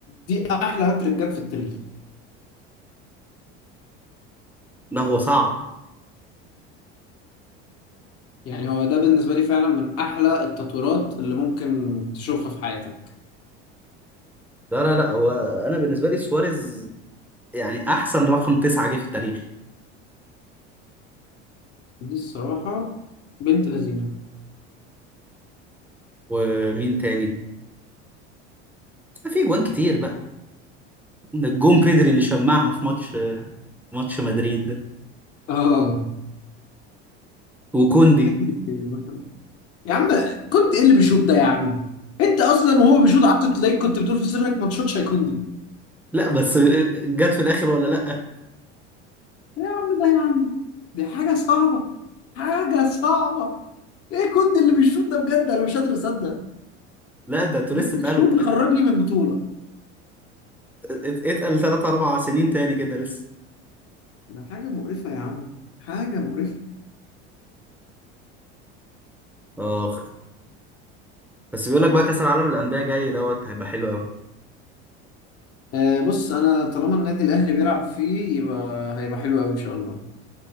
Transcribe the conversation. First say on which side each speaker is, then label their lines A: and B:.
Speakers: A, on the left; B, in the centre.
A: دي احلى هاتريك جت في التاريخ
B: لا هو صعب
A: يعني هو ده بالنسبة لي فعلا من أحلى التطويرات اللي ممكن تشوفها في حياتك
B: لا لا لا هو انا بالنسبة لي سواريز يعني احسن رقم تسعة جه في التاريخ
A: دي الصراحة بنت لذينة
B: ومين تاني في جوان كتير بقى ده الجون بيدري اللي شمعها في ماتش ماتش مدريد ده
A: آه
B: وكوندي
A: فكرة إيه مثلا؟ يا عم كنت إيه اللي بيشوط ده يا عم أنت أصلا وهو بيشوط قعدت تلاقيك كنت بتقول في سرك ما تشوطش هيكون دي
B: لا بس جت في الاخر ولا لا
A: إيه يا عم ده يا عم دي حاجة صعبة حاجة صعبة إيه كنت اللي بيشوط ده بجد أنا مش قادر أصدق
B: لا ده انتوا لسه
A: يوم
B: اتقالوا
A: بيشوط يخرجني
B: ات-
A: من بطولة
B: ات- اتقل ثلاث اربع سنين تاني كده لسه
A: ده حاجة مقرفة يا عم حاجة مقرفة
B: اخ بس بيقول لك بقى كاس العالم للانديه جاي دوت هيبقى حلو قوي
A: آه، بص انا طالما النادي الاهلي بيلعب فيه يبقى هيبقى حلو قوي ان شاء الله